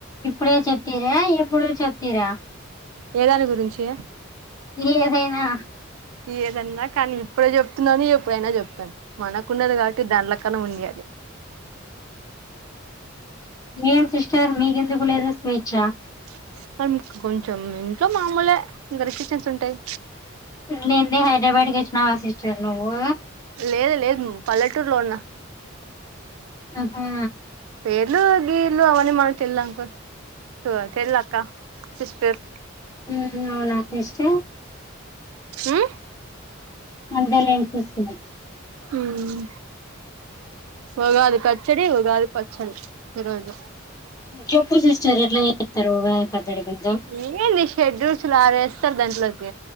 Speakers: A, on the left; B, on the right.
A: ఇప్పుడే చెప్తిరా, ఎప్పుడో చెప్తిరా.
B: ఏదాని గురించి.
A: ఏదైనా.
B: ఏదన్నా కానీ ఇప్పుడే జెప్తున్నాను, ఎప్పుడైనా జెప్తాను. మనకున్నది కాబట్టి దాన్ లేక్ అన్న ఉంది అని.
A: ఏం సిస్టర్ మీకెందుకు లేదు, స్వేచ్ఛ.
B: <unintelligible> కొంచెం ఇంట్లో మామూలే, ఇంకా రిస్ట్రిక్షన్స్ ఉంటాయి.
A: లేన్దే హైదరాబాద్ కి వచ్చినావా సిస్టర్ నువ్వు.
B: లేదు లేదు పల్లెటూరులో ఉన్న
A: ఉహు.
B: <unintelligible> గి ఇల్లు అవన్నీ మనక్ తెల్ద్ అంకుల్, సో తెల్ద్ అక్క, సిస్టర్
A: ఉమ్ అవునా సిస్టర్.
B: ఉ.
A: మధ్యలో ఏం చేస్తుంది.
B: ఉమ్, చేయాలి ఖచ్ చ్చడి, ఉగాది పచ్చడి ఈరోజు.
A: చెప్పు సిస్టర్ ఎట్ల చెత్తారో, ఉగాది పచ్చడి. కొంచెం
B: ఏంది షెడ్రూచులు ఆరు ఏస్తార్ దాంట్లోక్,